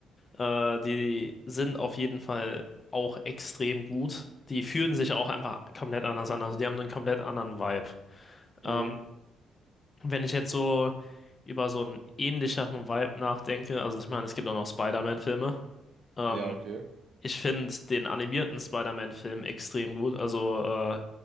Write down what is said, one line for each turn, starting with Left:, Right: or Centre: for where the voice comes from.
Left: Äh, die sind auf jeden Fall auch extrem gut. Die fühlen sich auch einfach komplett anders an. Also die haben einen komplett anderen Vibe.
Right: Mhm.
Left: Ähm, wenn ich jetzt so über so einen ähnlicheren Vibe nachdenke, also ich meine, es gibt auch noch Spider-Man-Filme. Ähm,
Right: Ja, okay.
Left: Ich finde den animierten Spider-Man-Film extrem gut. Also äh,